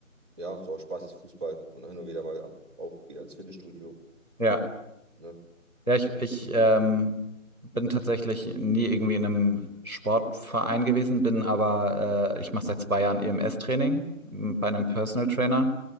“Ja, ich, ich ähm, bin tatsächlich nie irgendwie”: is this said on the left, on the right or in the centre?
Centre